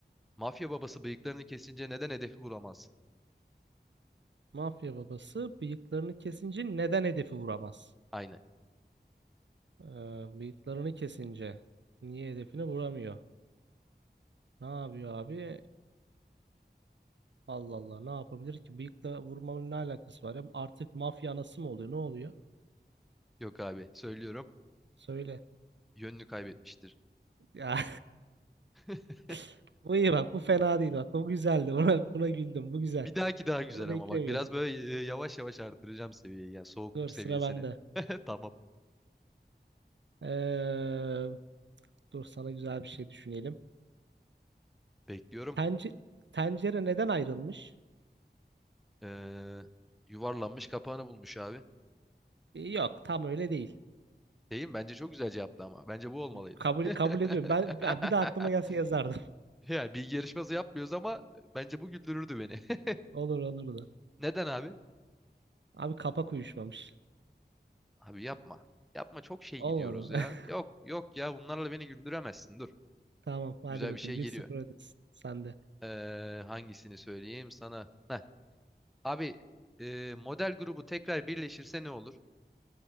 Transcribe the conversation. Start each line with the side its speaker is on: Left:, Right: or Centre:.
Centre: Mafya babası bıyıklarını kesince neden hedefi vuramazsın?
Right: Mafya babası bıyıklarını kesince neden hedefi vuramaz?
Centre: Aynen.
Right: Ee, bıyıklarını kesince niye hedefine vuramıyor? Ne yapıyor abi? Allah Allah ne yapabilir ki? Bıyıkla vurmanın ne alakası var ya? Artık mafya anası mı oluyor? Ne oluyor?
Centre: Yok abi söylüyorum.
Right: Söyle.
Centre: Yönünü kaybetmiştir.
Right: Ya
Centre: <laughs>
Right: <laughs> bu iyi bak bu fena değil bak bu güzeldi. Buna, buna güldüm bu güzel.
Centre: Bir dahaki daha güzel
Right: Bunu
Centre: ama
Right: beklemiyordum.
Centre: bak biraz böyle e, yavaş yavaş artıracağım seviyeyi ya soğukluk
Right: Dur sıra
Centre: seviyesini.
Right: bende.
Centre: <laughs> Tamam
Right: Ee, dur sana güzel bir şey düşünelim.
Centre: bekliyorum.
Right: Tence tencere neden ayrılmış?
Centre: Ee, yuvarlanmış kapağını bulmuş abi.
Right: Ee, Yok tam öyle değil.
Centre: Değil mi? Bence çok güzel cevaptı ama. Bence bu olmalıydı.
Right: Kabul kabul ediyorum. Ben
Centre: <laughs>
Right: ya bir de aklıma gelse yazardım.
Centre: Yani bilgi yarışması yapmıyoruz ama bence bu güldürürdü beni.
Right: <laughs> Olur olurdu.
Centre: <laughs> Neden abi?
Right: Abi kapak uyuşmamış.
Centre: Abi yapma. Yapma çok şey
Right: Olmadı.
Centre: gidiyoruz ya.
Right: <laughs>
Centre: Yok yok ya bunlarla beni güldüremezsin. Dur.
Right: Tamam hadi
Centre: Güzel
Right: bakayım
Centre: bir şey
Right: bir
Centre: geliyor.
Right: sıfır öndesin sende.
Centre: Ee, hangisini söyleyeyim sana? Heh. Abi e, model grubu tekrar birleşirse ne olur?